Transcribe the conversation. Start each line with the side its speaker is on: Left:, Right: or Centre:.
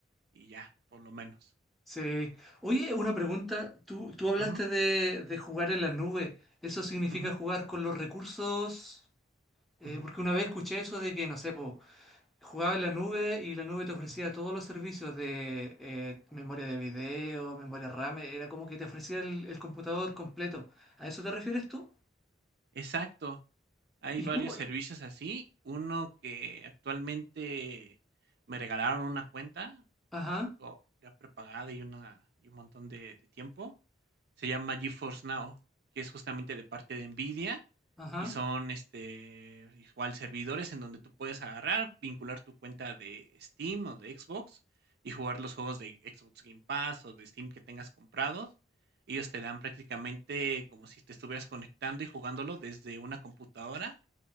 Right: y ya, por lo menos.
Centre: sí. Oye, una pregunta, tú, tú hablaste
Right: Ujú,
Centre: de, de jugar en la nube, ¿eso significa
Right: ujú,
Centre: jugar con los recursos? Eh,
Right: ujú,
Centre: porque una vez escuché eso de que, no sé, po, jugaba en la
Right: ujú,
Centre: nube y la nube te ofrecía
Right: ujú.
Centre: todos los servicios de eh, memoria de video, memoria RAM, era como que te ofrecía el, el computador completo. ¿A eso te refieres tú?
Right: Exacto. Hay
Centre: ¿Y
Right: varios
Centre: cómo?
Right: servicios
Centre: y-
Right: así. Uno que actualmente me regalaron una cuenta,
Centre: Ajá,
Right: así como ya prepagada y una y un montón de, de tiempo. Se llama GeForce Now, que es justamente de parte de Nvidia
Centre: ajá,
Right: y son este igual servidores en donde tú puedes agarrar, vincular tu cuenta de Steam o de Xbox y jugar los juegos de Xbox Game Pass o de Steam que tengas comprados. Ellos te dan prácticamente como si te estuvieras conectando y jugándolo desde una computadora